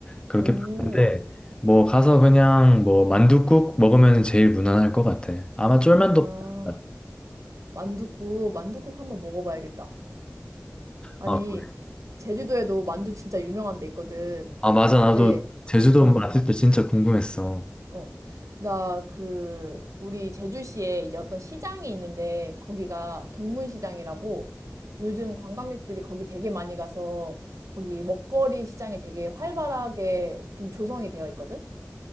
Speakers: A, on the left; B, on the right.
A: 그렇게
B: 어,
A: 봤는데 뭐 가서 그냥 뭐 만둣국 먹으면 제일 무난할 것 같아. 아마 쫄면도
B: 아.
A: 팔겠다.
B: 만둣국, 만둣국 한번 먹어봐야겠다. 아니,
A: 아, 그래.
B: 제주도에도 만두 진짜 유명한 데 있거든.
A: 아 맞아 나도
B: 네,
A: 제주도
B: 어.
A: 맛집도 진짜 궁금했어.
B: 어, 나 그, 우리 제주시에 이제 어떤 시장이 있는데, 거기가 동문시장이라고 요즘 관광객들이 거기 되게 많이 가서 거기 먹거리 시장이 되게 활발하게 좀 조성이 되어 있거든?